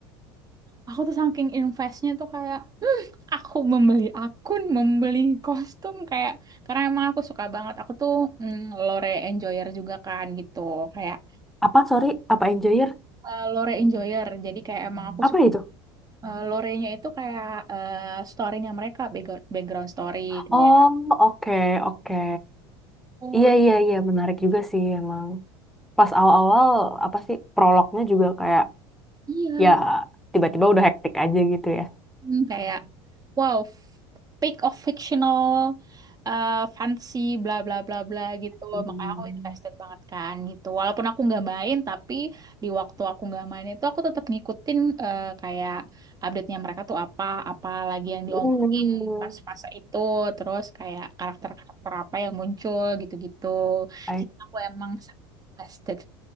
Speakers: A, on the right; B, in the centre.
A: aku tuh saking investnya tuh kayak aku membeli akun, membeli kostum kayak karena emang aku suka banget. Aku tuh mm, lore enjoyer juga kan gitu, kayak
B: Apa, sorry, apa Enjoyer?
A: eh, lore enjoyer. Jadi kayak emang aku
B: Apa
A: suka
B: itu?
A: eh, lore-nya itu kayak eh, story-nya mereka, background background story kayak
B: Oh, oke, oke.
A: oh
B: Iya, iya, iya, menarik juga sih emang. Pas awal-awal, apa sih, prolognya juga kayak,
A: iya,
B: ya, tiba-tiba udah hektik aja gitu ya.
A: Hmm, kayak wow, f- pick of fictional, eh fantasy, bla bla bla bla gitu.
B: Hmm.
A: Makanya aku invested banget kan gitu. Walaupun aku nggak main, tapi di waktu aku nggak main itu aku tetap ngikutin eh, kayak update-nya mereka tuh apa, apa lagi yang diomongin
B: Hmm.
A: pas fase itu, terus kayak karakter-karakter apa yang muncul gitu-gitu.
B: Oke.
A: Jadi aku emang invested.